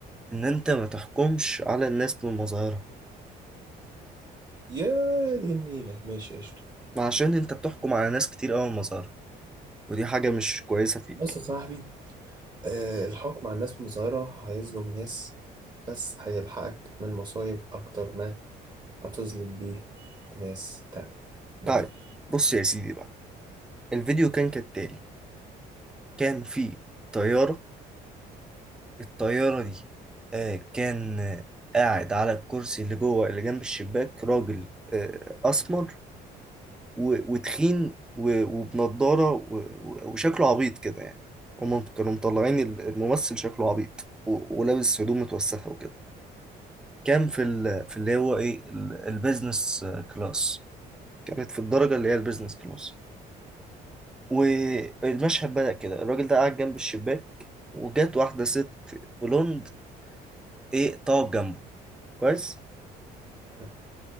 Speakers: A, in the centre; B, on the right.
A: ان انت ما تحكمش على الناس بمظاهرها
B: يا دي النيلة ماشي قشطة
A: عشان انت بتحكم على ناس كتير قوي بمظاهرها ودي حاجة مش كويسة فيك
B: بص يا صاحبي آه الحكم على الناس من صغيرة هيظلم ناس بس هيلحقك من مصايب أكتر ما هتظلم بيه ناس تانية بريئة
A: طيب بص يا سيدي بقى الفيديو كان كالتالي كان في طيارة الطيارة دي آه، كان آه، قاعد على الكرسي اللي جوه اللي جنب الشباك راجل آه، أسمر و- وتخين و- وبنضارة و- و- وشكله عبيط كده يعني هما كانوا مطلعين ال- الممثل شكله عبيط و- ولابس هدوم متوسخة وكده كان في ال- في اللي هو إيه ال- البيزنس آه، كلاس كانت في الدرجة اللي هي البيزنس كلاس والمشهد بدأ كده الراجل ده قاعد جنب الشباك وجات واحدة ست بلوند ايه طاق جنبه كويس
B: حلو